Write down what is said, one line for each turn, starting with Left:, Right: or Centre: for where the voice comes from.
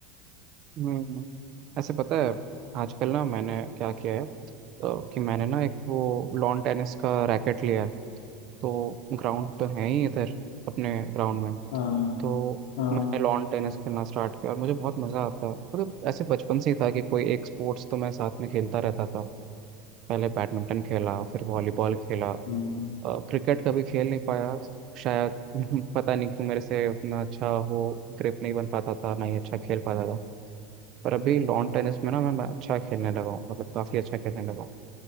Right: हम्म ऐसे पता है आजकल ना मैंने क्या किया है तो कि मैंने ना एक वो लॉन टेनिस का रैकेट लिया है तो ग्राउंड तो है ही इधर अपने ग्राउंड में
Left: हाँ
Right: तो
Left: हाँ
Right: मैंने लॉन टेनिस खेलना स्टार्ट किया और मुझे बहुत मज़ा आता है मतलब ऐसे बचपन से ही था कि कोई एक स्पोर्ट्स तो मैं साथ में खेलता रहता था पहले बैडमिंटन खेला फिर वॉलीबॉल खेला
Left: हम्म,
Right: अ, क्रिकेट कभी खेल नहीं पाया शायद <laughs> पता नहीं क्यों मेरे से उतना अच्छा वो ग्रिप नहीं बन पाता था ना ही अच्छा खेल पाता था पर अभी लॉन टेनिस में ना मैं मैं अच्छा खेलने लगा हूँ मतलब काफ़ी अच्छा खेलने लगा हूँ